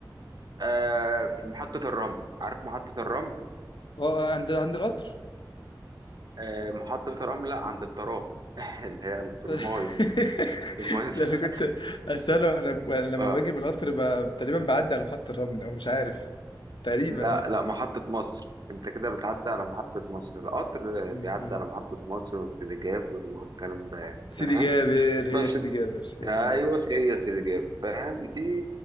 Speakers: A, on the right; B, on the left.
A: آه في محطة الرمل عارف محطة الرمل
B: اه آه، عند عند القطر
A: آه محطة الرمل لا عند الترام <laughs> اللي هي الترماي
B: <laughs>
A: دي الترماي الزرق
B: ده انا كنت اساله واحنا لما
A: اه
B: باجي بالقطر ب- تقريبا بعدي على محطه الرمل او مش عارف تقريبا
A: لا
B: اه
A: لا محطة مصر انت كده بتعدي على محطة مصر القطر
B: م-
A: آه، بيعدي على
B: م.
A: محطة مصر وسيدي جابر والكلام ده يعني
B: سيدي
A: فاهم
B: جابر
A: بس
B: هي سيدي
A: انت-
B: جابر هي
A: ايوه
B: سيدي جابر
A: هي سيدي جابر فاهم دي